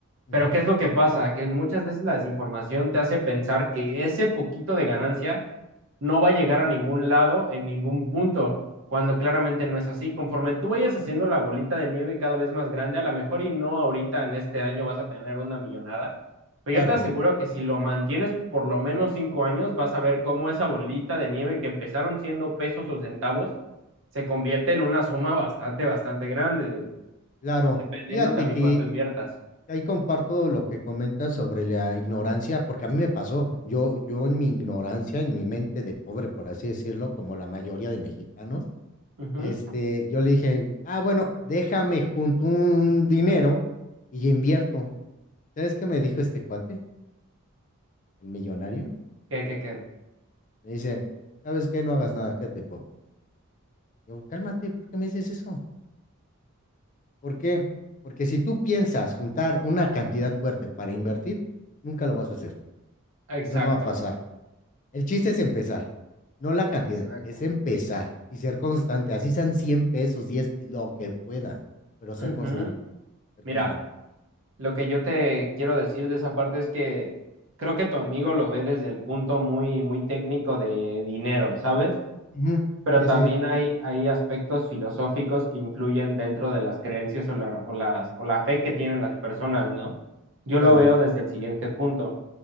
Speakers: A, on the left (about 35°); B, on the right (about 60°).
A: ujú,
B: Pero ¿qué es lo que pasa? Que muchas veces la desinformación te hace pensar que ese poquito de ganancia no va a llegar a ningún lado en ningún punto, cuando claramente
A: ujú.
B: no es así. Conforme tú vayas haciendo la bolita de nieve cada vez más grande, a lo mejor y no ahorita en este año vas a tener una millonada, pero
A: Claro,
B: yo te aseguro que si lo mantienes por lo menos cinco años, vas a ver cómo esa bolita de nieve que empezaron siendo pesos o centavos se convierte en una suma bastante, bastante grande, digo,
A: claro.
B: dependiendo
A: Fíjate
B: también
A: que
B: cuánto inviertas.
A: Ahí comparto lo que comentas sobre la ignorancia, porque a mí me pasó. Yo, yo en mi ignorancia, en mi mente de pobre, por así decirlo, como la mayoría de mexicanos,
B: Ujú.
A: este, yo le dije, ah, bueno, déjame junto un dinero y invierto. ¿Sabes qué me dijo este cuate, el millonario?
B: ¿Qué, qué, qué?
A: Me dice, ¿sabes qué? No hagas nada, quédate pobre. Yo, cálmate, ¿por qué me dices eso? ¿Por qué? Porque si tú piensas juntar una cantidad fuerte para invertir, nunca lo vas a hacer.
B: Exacto,
A: Eso no va a pasar. El chiste es empezar, no la cantidad,
B: exacto.
A: es empezar y ser constante. Así sean 100 pesos, diez pe- lo que puedas, pero ser
B: Ujú.
A: constante, ser
B: Mira,
A: constante.
B: lo que yo te quiero decir de esa parte es que creo que tu amigo lo ve desde el punto muy, muy técnico de dinero, ¿sabes?
A: Ujú,
B: Pero
A: Sí,
B: también
A: sí, sí,
B: hay, hay aspectos filosóficos que influyen dentro de las creencias o la, o las, o la fe que tienen las personas, ¿no? Yo
A: claro.
B: lo veo desde el siguiente punto.